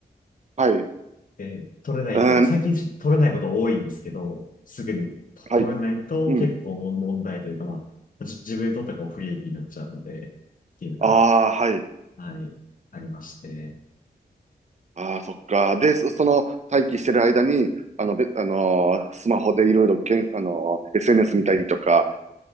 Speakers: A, on the right; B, on the left.
A: はい。う
B: えー取れないと、
A: ーん。
B: 最近ちょっと取れないこと多いんですけど、すぐにと取れないと結構も問題というか、
A: はい。うん。
B: まあ、じ自分にとってはこう不利益になっちゃうので、っていうのが、
A: ああ、はい。
B: はい、ありまして。
A: ああ、そっか。で、そ、その待機してる間に、あの、べ、あのースマホでいろいろけん、あのー SNS 見たりとか、